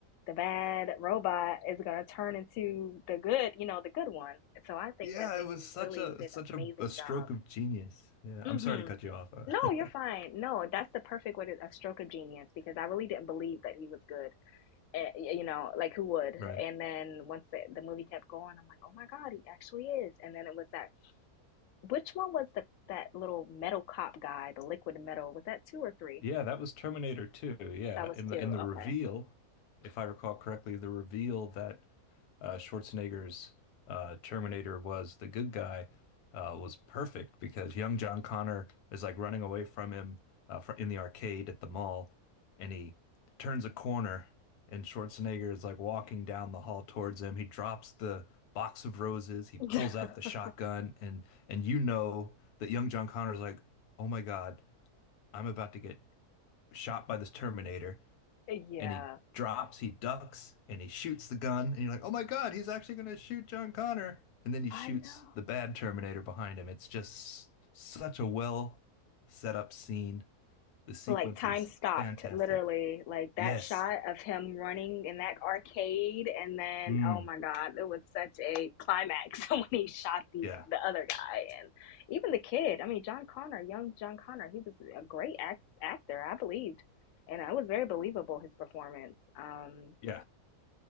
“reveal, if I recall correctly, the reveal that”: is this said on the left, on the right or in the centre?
Left